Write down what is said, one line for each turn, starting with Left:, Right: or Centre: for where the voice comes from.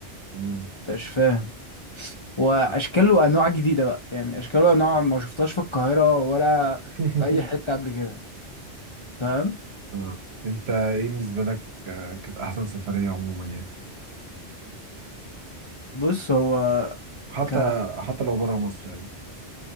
Right: مم.
Left: انت مش فاهم واشكال
Right: آه.
Left: وانواع جديدة بقى يعني اشكال وانواع ما شفتهاش في القاهرة ولا
Right: <laughs>
Left: في اي حتة قبل كده فاهم
Right: آه. انت ايه بالنسبه لك آه، كانت احسن سفريه عموما يعني
Left: بص هو
Right: حتى
Left: ك
Right: حتى لو بره مصر يعني